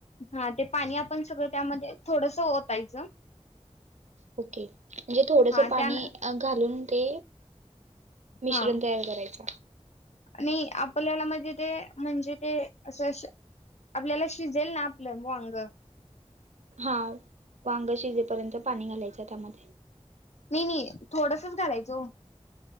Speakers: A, on the left; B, on the right.
A: हा ते पाणी आपण सगळं त्यामध्ये थोडस ओतायचं.
B: ओके म्हणजे थोडस
A: हा
B: पाणी
A: त्या
B: आ घालून ते मिश्रण
A: हा
B: तयार करायच
A: आणि आपल्याला पण ते म्हणजे ते अस श आपल्याला शिजेल ना आपलं वाग ग
B: हा वांग शिजेपर्यंत पाणी घालायच त्यामध्ये
A: नाही नाही थोडसच घालायचं ओ